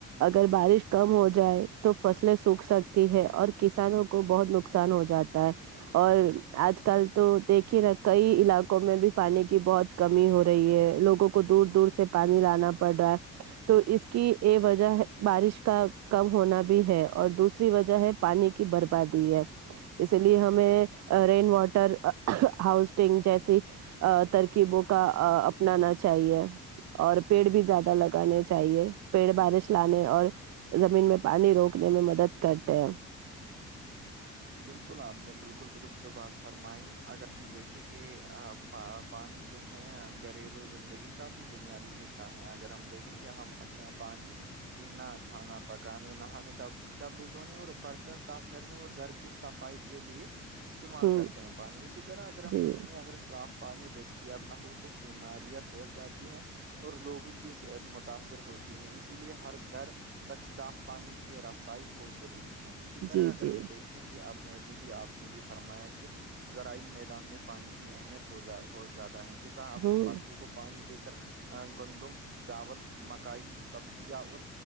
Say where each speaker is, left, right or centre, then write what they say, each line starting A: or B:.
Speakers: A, on the right (about 60°); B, on the right (about 40°).
A: اگر بارش کم ہو جائے تو فصلیں سوکھ سکتی ہے اور کسانوں کو بہت نقصان ہو جاتا ہے اور آج کل تو دیکھیے نا کئی علاقوں میں بھی پانی کی بہت کمی ہو رہی ہے لوگوں کو دور دور سے پانی لانا پڑ رہا ہے تو اس کی یہ وجہ ہے بارش کا کم ہونا بھی ہے اور دوسری وجہ ہے پانی کی بربادی ہے اسی لیے ہمیں رین واٹر ہاؤسٹنگ جیسی ترکیبوں کا اپنانا چاہیے اور پیڑ بھی زیادہ
B: بالکل
A: لگانے چاہیے پیڑ بارش لانے اور زمین میں پانی روکنے میں مدد کرتے ہیں
B: بالکل آپ نے بالکل درست بات فرمائی اگر ہم دیکھیں گے پانی جو ہے گھریلو زندگی کا بھی بنیادی حصہ ہے اگر ہم دیکھیں گے ہم اپنا پانی پینا کھانا پکانے نہانے کا کپڑے دھونے اور برتن صاف کرنے اور گھر صفائی کے لیے استعمال
A: ہوں
B: کرتے ہیں پانی اسی طرح اگر ہم
A: جی
B: دیکھیں گے اگر صاف پانی دستیاب نہ ہو تو بیماریاں پھیل جاتی ہیں اور لوگوں کی صحت متاثر ہوتی ہے اسی لیے ہر گھر تک صاف پانی کی رسائی بہت ضروری ہے اسی طرح
A: جی
B: اگر
A: جی
B: ہم دیکھیں یں گی آپ نے ابھی بھی آپ نے بھی فرمایا کہ زاری میدان میں پانی کی اہمیت ب بہت زیادہ ہے کسان اپنی
A: ہوں
B: فصلوں کو پانی دے کر گندم چاول مکائی سبزیاں اور